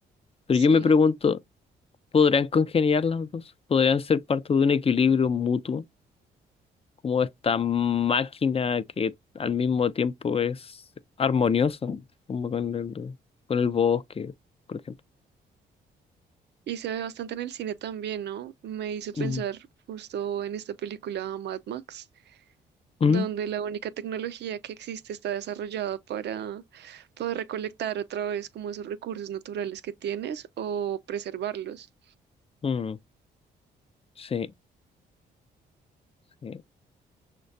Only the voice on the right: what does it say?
sí.
Y se ve bastante en el cine también, ¿no? Me hizo pensar
justo en esta película Mad Max.
donde la única tecnología que existe está desarrollada para poder recolectar otra vez como esos recursos naturales que tienes o preservarlos.